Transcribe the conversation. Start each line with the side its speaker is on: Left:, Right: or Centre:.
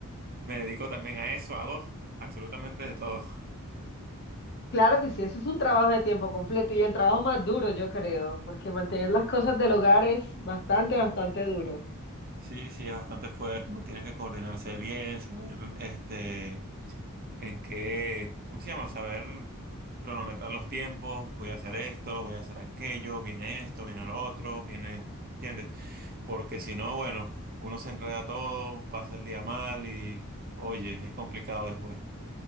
Right: me dedico también a eso, hago absolutamente de todo.
Left: Claro que sí, eso es un trabajo de tiempo completo y el trabajo más duro, yo creo, porque mantener las cosas del hogar es bastante, bastante duro.
Right: Sí, sí, es bastante fuerte, uno tiene que coordinarse bien, saber, este. en que, ¿cómo se llama? Saber cronometrar los tiempos, voy a hacer esto, voy a hacer aquello, viene esto, viene lo otro, viene, ¿entiendes? Porque si no, bueno, uno se enreda todo, pasa el día mal y, oye, es complicado después.